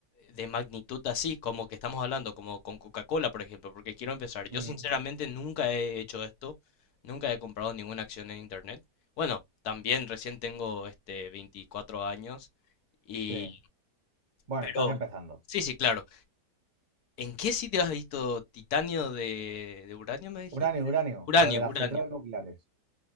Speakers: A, on the left (about 70°); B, on the right (about 40°).
A: de magnitud así, como que estamos hablando, como con Coca-Cola, por ejemplo, porque quiero empezar. Yo
B: Mm.
A: sinceramente nunca he hecho esto, nunca he comprado ninguna acción en internet. Bueno, también recién tengo este 24 años y,
B: Sí. Bueno,
A: pero
B: estás empezando.
A: sí, sí, claro. ¿En qué sitio has visto titanio de, de uranio, me dijiste?
B: Uranio, uranio,
A: Uranio,
B: lo de las
A: uranio.
B: centrales nucleares.